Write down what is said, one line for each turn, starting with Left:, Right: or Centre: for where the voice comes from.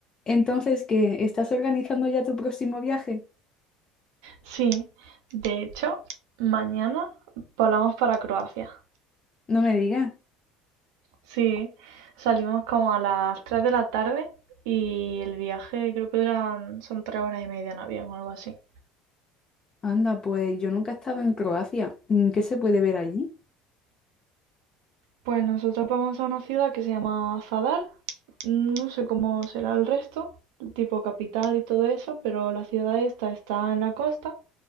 Left: Entonces, ¿qué? ¿Estás organizando ya tu próximo viaje?
Right: Sí, de hecho, mañana volamos para Croacia.
Left: No me digas.
Right: Sí, salimos como a las 3 de la tarde y el viaje creo que duran, son tres horas y media en avión o algo así.
Left: Anda, pues yo nunca he estado en Croacia. Mm, ¿Qué se puede ver allí?
Right: Pues nosotros vamos a una ciudad que se llama Zadar. No sé cómo será el resto, tipo capital y todo eso, pero la ciudad esta está en la costa